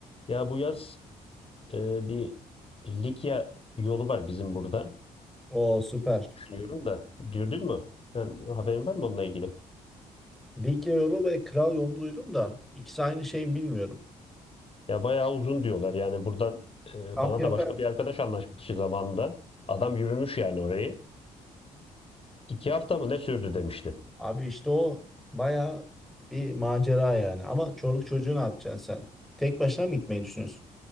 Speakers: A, on the left; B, in the centre.
A: Ya bu yaz e, bir Likya yolu var bizim burada.
B: O süper.
A: Düşünüyorum da. Dürdün mü? Sen, haberin var mı onunla ilgili?
B: Lig yolu ve kral yolunu duydum da ikisi aynı şey mi bilmiyorum.
A: Ya bayağı uzun diyorlar. Yani buradan e,
B: Kamp
A: bana
B: Galiba.
A: da başka
B: yapar.
A: bir arkadaş anlaşmıştı zamanında. Adam yürümüş yani orayı. İki hafta mı ne sürdü demişti.
B: Abi işte o baya bir macera yani. Ama çoluk çocuğu ne yapacaksın sen? Tek başına mı gitmeyi düşünüyorsun?